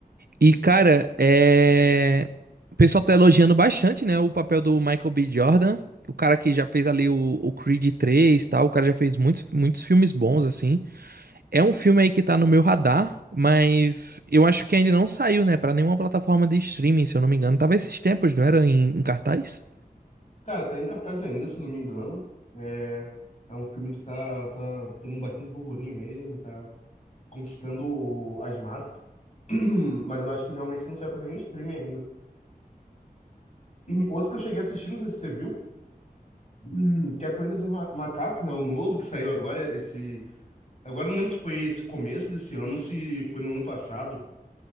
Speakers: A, on the right (about 75°); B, on the left (about 45°).
A: E, cara, é... o pessoal tá elogiando bastante, né? O papel do Michael B. Jordan, o cara que já fez ali o, o Creed três e tal. O cara já fez muitos, muitos filmes bons, assim. É um filme aí que tá no meu radar, mas eu acho que ainda não saiu, né? Pra nenhuma plataforma de streaming, se eu não me engano. Tava esses tempos, não era? Em, em cartaz?
B: Cara, tá em cartaz ainda, se eu não me engano. É, é um filme que tá, tá tendo um bastante burburinho mesmo, tá conquistando o- as massas. <clears throat> Mas eu acho que realmente não saiu pra nenhum streaming ainda. Outro que eu cheguei a assistir, não sei se você viu, hum, que é Planeta dos Ma- Macacos, né? O novo que saiu agora, esse. Agora eu não lembro se foi esse começo desse ano, se foi no ano passado,